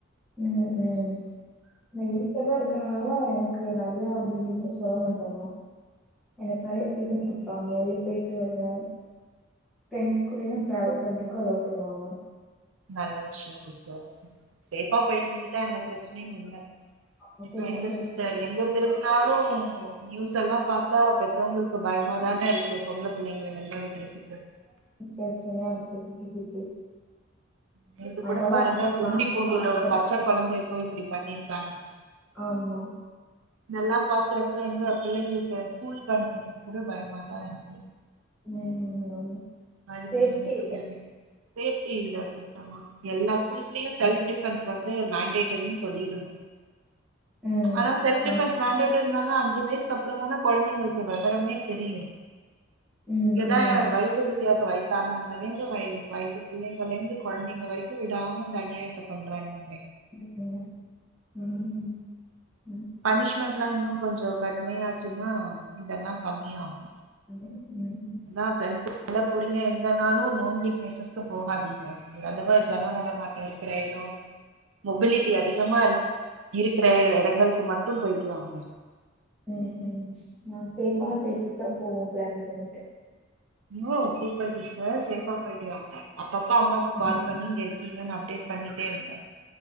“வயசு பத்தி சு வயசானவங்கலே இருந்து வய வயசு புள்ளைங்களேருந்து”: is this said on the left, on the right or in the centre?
Right